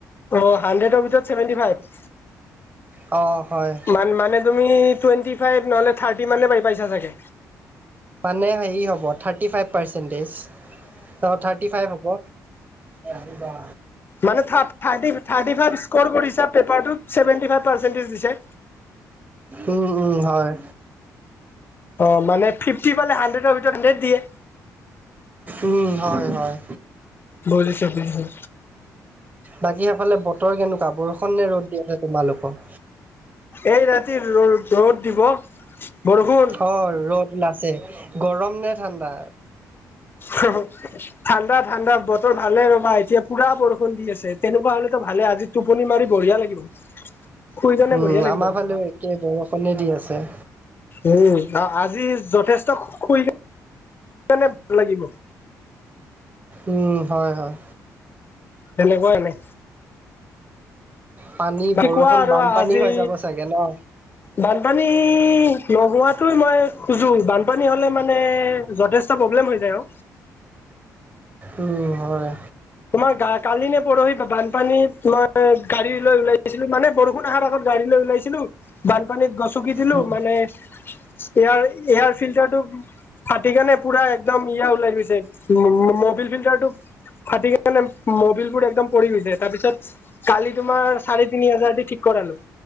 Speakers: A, on the left (about 35°); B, on the right (about 25°).
A: অ হাণ্ড্ৰেডৰ ভিতৰত ছেভেণ্টি ফাইভ?
B: অঁ। হয়
A: মান মানে তুমি টুৱেন্টি ফাইভ নহলে থাৰ্টি মানে পাই পাইছা চাগে?
B: মানে হেয়ী হব থাৰতি ফাইভ পাৰ্চেন্টেজ, অ থাৰ্তী ফাইভ হ'ব। এ ৰাতিপুৱা
A: মানে থাৰ্ত থাৰ্টি থাৰ্টি ফাইভ স্কৰ কৰিছা পেপাৰটোত চেভেনটি ফাইভ পাৰ্চেন্টেজ দিছে।
B: উম উম হয়।
A: অ মানে ফিফটি পালে হাণ্ড্ৰেতৰ ভিতৰত হাণ্ড্ৰেত দিয়ে।
B: উম হয় হয়।
A: বুজিছোঁ বুজিছোঁ।
B: বাকী সেইফালে বতৰ কেনেকুৱা বৰষুণ নে ৰ'দ দি আছে তোমালোকৰ?
A: এই ৰাতি ৰ ৰ'দ দিব। বৰষুণ
B: অ ৰ'দ ওলা আছে, গৰম নে ঠাণ্ডা?
A: হা - হা ঠাণ্ডা - ঠাণ্ডা বতৰ ভালে ৰবা এতিয়া পুৰা বৰষুণ দি আছে তেনেকুৱা হলে ত ভালে, আজি টোপনি মাৰি বঢ়িয়া লাগিব। শুই কেনে
B: উম
A: বঢ়িয়া লাগিব
B: আমাৰ ফালেও একে বৰষুণে দি আছে।
A: উম আ আজি যথেষ্ট শুই কেনে ভাল লাগিব?
B: উম হয় হয়।
A: তেনেকুৱা এনে।
B: পানী
A: বাকী
B: বৰষুণ
A: কোৱা আৰু
B: বানপানী
A: আজি
B: হৈ যাব চাগে ন?
A: বানপানী নোহোৱাটোৱে মই খুজো, বানপানী হলে মানে যথেষ ত প্ৰব্লেম হৈ যায় অ।
B: উম হয়।
A: তোমাৰ গা কালি নে পৰহি বানপানীত মই গাড়ী লৈ ওলাই আহিছিলো মানে বৰষুণ আহাৰ আগত গাড়ী লৈ ওলাইছিলো, বানপানীত গছকি দিলো
B: উম
A: মানে এয়াৰ - এয়াৰ ফিল্টাৰটো ফাটি কেনে পুৰা একদম ইয়া ওলাই লৈছে মূ্ মূ মবিল ফিল্টাৰটো ফাটি কিনে মবিল মোৰ একদম পৰি গৈছে তাৰপিছত কালি তোমাৰ চাৰে তিনি হাজাৰ দি ঠিক কৰালো।